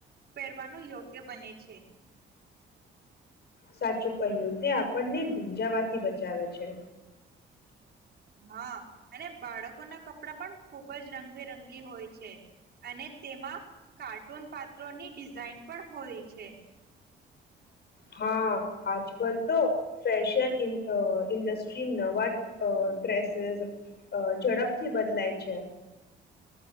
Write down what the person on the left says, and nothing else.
સાચું કહ્યું તે આપણને ભીંજાવાથી બચાવે છે.
હા આજકાલ તો ફેશન ઇન આ ઇન્ડસ્ટ્રી નવા આ ડ્રેસીસ ઝડપથી બદલાય છે.